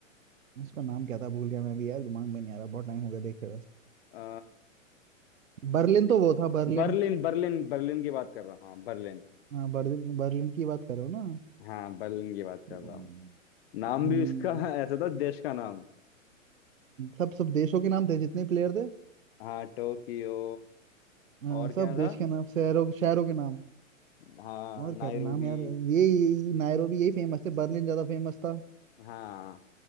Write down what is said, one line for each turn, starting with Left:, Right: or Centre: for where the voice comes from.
Right: उसका नाम क्या था भूल गया मैं भी यार दिमाग में नहीं आ रहा बहुत टाइम हो गया देखे हुए
Left: आ,
Right: बर्लिन
Left: नहीं
Right: तो वो था बर्लिन
Left: बर्लिन बर्लिन बर्लिन की बात कर रहा हूँ हाँ बर्लिन
Right: हाँ बर्लिन बर्लिन की बात कर रहे हो ना
Left: हाँ बर्लिन की बात कर
Right: हम्म,
Left: रहा हूँ नाम
Right: हम्म,
Left: भी उसका <laughs> ऐसा था देश का नाम
Right: सब सब देशों के नाम थे जितने प्लेयर थे
Left: हाँ टोक्यो
Right: हाँ,
Left: और
Right: सब
Left: क्या
Right: देश
Left: था
Right: के नाम शहरों के शहरों के नाम
Left: हाँ
Right: और
Left: नायरूबी
Right: क्या था नाम यार ये ये नायरोबी यही फेमस थे बर्लिन ज्यादा फेमस था
Left: हाँ